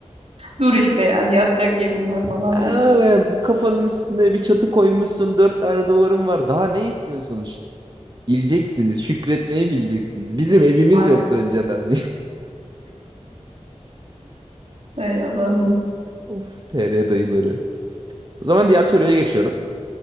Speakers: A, on the right; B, on the right.
A: Dur işte yani yatacak yerim var falan
B: Aa,
A: diye.
B: be, kafanın üstüne bir çatı koymuşsun, dört tane duvarın var. Daha ne istiyorsun? Ş- Bileceksiniz, şükretmeyi bileceksiniz. Bizim evimiz
A: Aynen.
B: yoktu önceden.
A: Ey Allah'ım.
B: <laughs> Of, TR dayıları. O zaman diğer soruya geçiyorum.